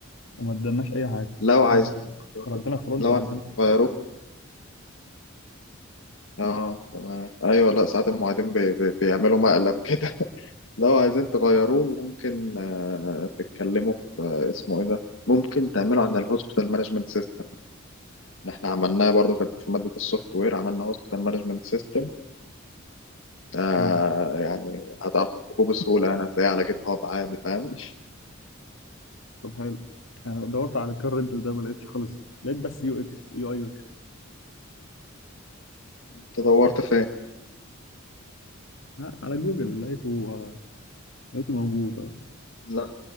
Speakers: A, on the left (about 85°); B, on the left (about 70°).
A: وما ادالناش اي حاجه
B: لو عايزين
A: ولا
B: تغيروه
A: ولا ادانا فرونت
B: لو
A: ولا
B: عايزين
A: ادانا اي
B: تغيروه
A: حاجه
B: اه تمام ايوه لا ساعات المعيدين بي بي بيعملوا مقلب كده <laughs> لو عايزين تغيروه ممكن آه تتكلموا في آه اسمه ايه ده ممكن تعملوا عن الهوسبيتال مانجمنت سيستم اللي احنا عملناه برضو كانت في مادة السوفت وير عملنا هوستل مانجمنت سيستم آه
A: مم.
B: يعني هتعرف تجيبه بسهولة يعني هتلاقيه على جيت هاب عادي فاهم
A: طب حلو انا دورت على الكار رينتال ده ما لقيتش خالص لقيت بس يو اكس يو اي
B: انت دورت فين؟
A: ها، على جوجل لقيته لقيته موجود اه
B: لا